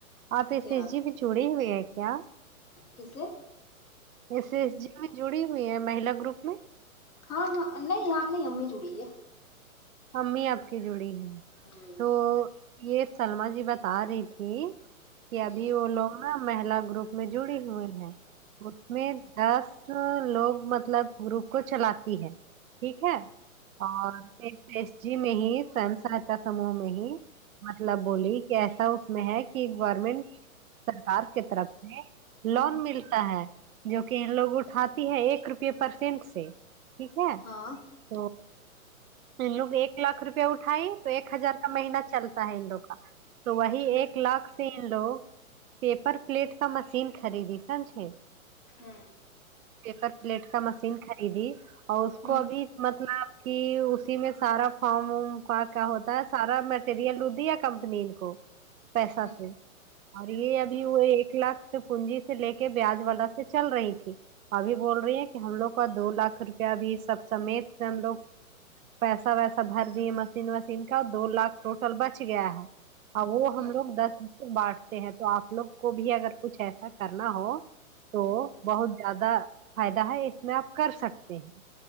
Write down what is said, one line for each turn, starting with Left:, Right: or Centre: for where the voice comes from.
Right: آپ ا
Left: کیا
Right: ایس جی میں جڑے ہوئے ہیں کیا
Left: کسے
Right: ای سی ایس جی میں جڑی ہوئی ہے مہیلا گروپ میں
Left: ہاں نہیں ہم نہیں امی جڑی ہے
Right: امی اپکی جڑی ہوئی ہے
Left: ہوں
Right: تو یہ سلما جی بتا رہی تھی کہ
Left: ہوں
Right: ابھی وہ لوگ نا مہیلا گروپ میں جڑی ہوئی ہیں اس میں دس لوگ مطلب گروپ کو چلاتی ہے ٹھیک ہے اور ایک پس جی میں ہی فم سہاتا سموہ میں ہی مطلب بولی کہ ایسا اس میں ہے کہ گورنمنٹ سرکار کے طرف سے لون
Left: ہوں
Right: ملک تا ہے جو کہ ان لوگ اٹھاتی ہے ایک روپے پرسینٹ سے ٹھیک ہے
Left: ہاں
Right: تو ان لوگ ایک لاکھ روپیہ اٹھائیں تو ایک ہزار کا مہینہ چلتا ہے ان لوگ کا تو وہی
Left: ٹھیک
Right: ایک لاکھ سے ان لوگ پیپر پلیٹ کا مشین خریدی سمجھے
Left: ہوں
Right: <inaudible> پیپر پلیٹ کا مشین خریدی اور اس
Left: ہوں
Right: کو ابھی مطلب کہ اسی میں سارا فارم وم کا کیا ہوتا ہے سارا مٹیریل لدیا کمپنی کو پیسہ
Left: ہوں
Right: سے اور یے ابھی وہ ایک لاکھ سے پونجی سے لے کے بیاج والا سے چل رہی تھی ابھی بول رہی ہیں کی ہم لوگ کا دو لاکھ روپیہ بھی سب سمیت ہم لوگ پیسہ ویسا بھر دیے مشین وشین کا دو لاکھ ٹوٹل بچ گیا ہے ہاں وہ
Left: ہوں
Right: ہم لوگ دس بانٹتے ہیں تو آپ لوگ کو بھی اگر کچھ ایسا کرنا ہو تو
Left: ہوں
Right: بہت زیادہ فائدہ ہے اس میں آپ کر سکتے ہیں